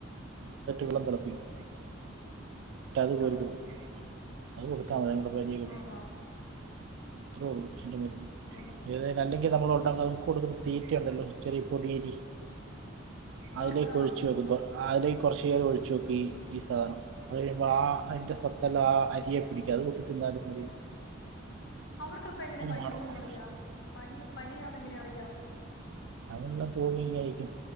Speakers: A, on the right; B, on the left.
A: വെള്ളം തിളപ്പിക്കും എന്നിട്ട് അത് കോരി
B: ആ
A: കൊടുക്കും അത് കൊടുത്താൽ മതി <unintelligible> പനിയൊക്കെ പോകും
B: ആഹാ
A: അത്രേയുള്ളൂ അതിന്റെ മരുന്ന്
B: ഓക്കെ
A: ഏത് അല്ലെങ്കിൽ നമ്മള് ഉണ്ടാകുന്ന അതിക്ക് കൊടുക്കുന്ന തീറ്റി ഉണ്ടല്ലോ ചെറിയ പൊടിയരി അതിലേക്ക്
B: അത് ആ
A: ഒഴിച്ചു വെക്കും അതിലേക്ക് കുറച്ച്നേരം ഒഴിച്ചു വെക്കും ഈ ഈ സാധനം അത് കഴിയുമ്പോൾ ആഹ് അതിന്റെ സത്തെല്ലാം ആ അരിയെ പിടിക്കും അത് കുത്തി തിന്നാലും മതിയത്
B: അവർക്ക് അപ്പൊ എങ്ങനാ പനി
A: മാറും
B: വന്നൂന്ന് അറിയാ പനി പനിയാന്ന് എങ്ങനെ അറിയാ
A: അതുള്ള തൂങ്ങിയിങ്ങനെയിരിക്കും